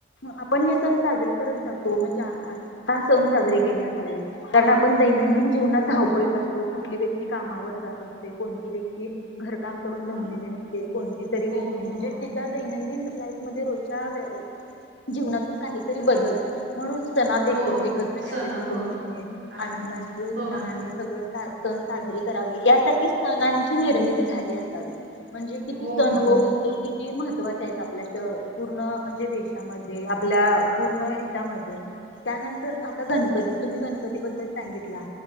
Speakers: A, on the left; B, on the right.
A: आप पण हे सण साजरे करत जातो. म्हणजे का सण साजरे केल्या जाते. कारण आपण दैनंदिन जीवनात धावपळीत असतो, कुठली व्यक्ती कामावर जात असते. कोणती व्यक्ती घरकाम करून
B: हां
A: दमलेली असते. कोणती तरी
B: हो
A: व्यक्ती
B: मॅम
A: म्हणजे
B: हो
A: तिच्या दैनंदिन लाईफ मध्ये रोजच्या वे जीवनातून काहीतरी बदल म्हणून सणात एक
B: हो
A: एकत्र यावे
B: सणा
A: कुटुंबाने.
B: हो हां
A: आनंदाने, उत्साहाने
B: हो मॅम
A: सगळ सण साजरी करावे यासाठी सणांची निर्मिती झाली असावी. म्हणजे किती
B: हो
A: सण
B: मॅम
A: व उत्सव किती महत्त्वाचे आहेत आपल्यासाठी. आपल्या त पूर्ण म्हणजे देशामध्ये आपल्या पूर्ण हेच्यामध्ये त्यानंतर आता गणपती. तुम्ही गणपती बद्दल सांगितला,